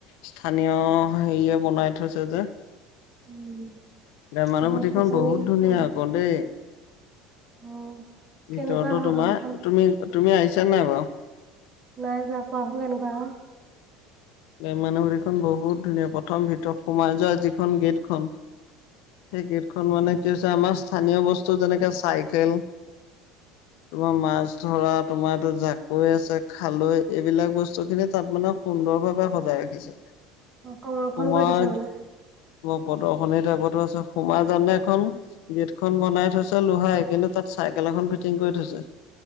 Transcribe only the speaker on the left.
স্থানীয় হেৰিয়ে বনাই থৈছে যে
গ্ৰাম্যানুভুটিখন
বহুত ধুনীয়া
আকৌ দেই
ভিতৰতো
তোমাৰ
তুমি তুমি আহিছা নাই বাৰু
গুাম্যানুভূতিখন বহুত ধুনীয়া প্ৰথম ভিতৰত সোমাই যোৱা যিখন গেটখন সেই গেটখন মানে কি হৈছে আমাৰ স্থানীয় বস্তু যেনেকে চাইকেল তোমাৰ মাছ ধৰা তোমাৰ জাকৈ আছে খালৈ এইবিলাক বস্তুখিনি তাত মানে সুন্দৰভাৱে সজাই ৰাখিছে
সোমোৱা
প্ৰদৰ্শনী টাইপতো আছে সোমা যাওতে এখন গেটখন বনাই থৈছে লোহাৰে কিন্তু তাত চাইকেল এখন ফিটিং কৰি থৈছে